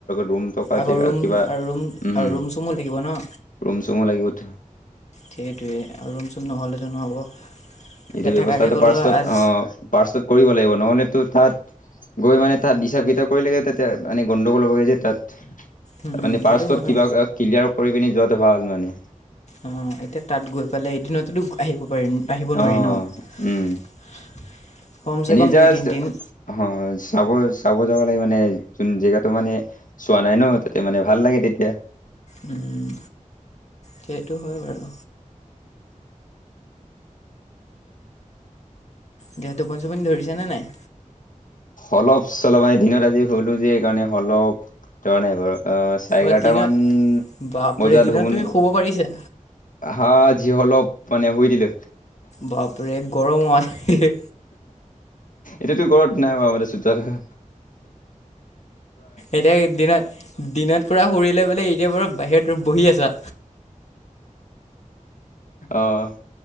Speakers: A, on the left; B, on the left.
A: ৰুম- থকা
B: আগৰ
A: জেগা
B: ৰুম,
A: কিবা
B: আৰু ৰুম,
A: উম,
B: আৰু ৰুম, চুমো লাগিব ন।
A: ৰুম চুমো লাগিবতো।
B: সেইটোৱে আৰু ৰুম চুম নহ'লেতো নহ'ব। এতিয়া
A: এইটো ব্যয়ৱস্থাটো
B: থাকাকৈ গ'লেও
A: পাৰ্চত
B: আজ
A: অ পাৰ্চত কৰিব লাগিব নহ'লে তো তাত- গৈ মানে তাত হিচাপ কিতাপ কৰি লাগে তাতে মানে গণ্ডগোল'বগৈ যে তাত-
B: উম
A: মানে পাৰষ্টত
B: সেইটো হয়
A: কিবা ক্লিয়াৰ কৰি পিনি যোৱাটো ভাল মানে।
B: অ', এতিয়া তাত গৈ পেলাই এদিনতেতো আহিব পাৰিম। আহিব
A: অ'
B: নোৱাৰি ন,
A: উম,
B: কমচে
A: এনেই
B: কম
A: জাষ্ট
B: দুই তিন দিন।
A: অ', চাব চাব যাব লাগে মানে যোন জেগাতটো মানে- চোৱা নাই ন তাতে মানে ভাল লাগে তেতিয়া।
B: উম, সেইটো হয় বাৰু। দিয়া টোপনি চুপনি ধৰিছে নে নাই?
A: অলপ -চলপ মানে দিনত আজি হলো যে এইকাৰণে অলপ ধৰা নাই বাৰু। চাৰে এঘাৰটা
B: অ', দিনত
A: মান
B: বাপৰে
A: বজাত
B: দিনত
A: শুনি
B: তুমি শুব পাৰিছা?
A: হা, আজি অলপ মানে শুই দিলো।
B: বাপৰে গৰমত।
A: এতিয়াতো ঘৰত নাই বাৰু চোতালত
B: এতিয়া দিনত, দিনত পুৰা শুৰিলৈ পেলায় এতিয়া বাৰু বাহিৰত বহি আছা।
A: অ',